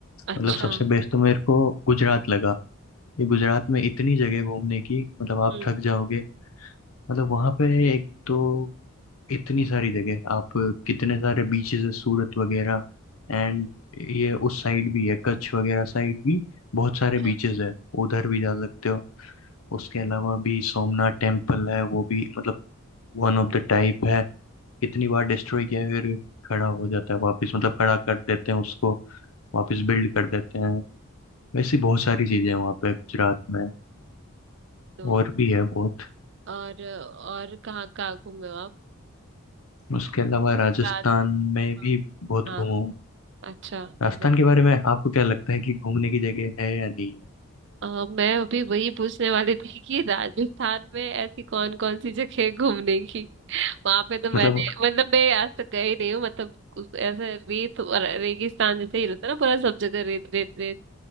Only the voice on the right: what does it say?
अच्छा
हम्म
अच्छा
तो
और और कहाँ कहाँ घूमे हो आप
राज
हाँ
हाँ,
अच्छा
तो
अ, मैं अभी वही पूछने वाली थी कि राजस्थान में ऐसी कौन कौन सी जगह है घूमने की वहां पे तो मैंने
मतलब मैं आज तक गई नहीं हूँ मतलब उस- ऐसे रेत और रेगिस्तान जैसे ही रहता है ना पूरा सब जगह रेत रेत रेत